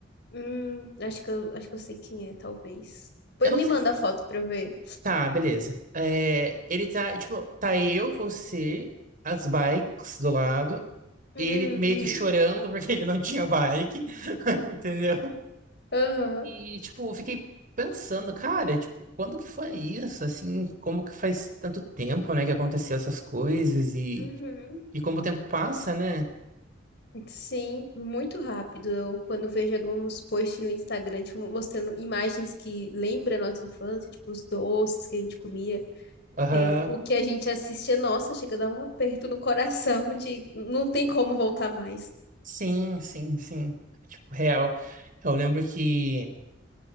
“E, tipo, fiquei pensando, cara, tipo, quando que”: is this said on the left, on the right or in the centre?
Right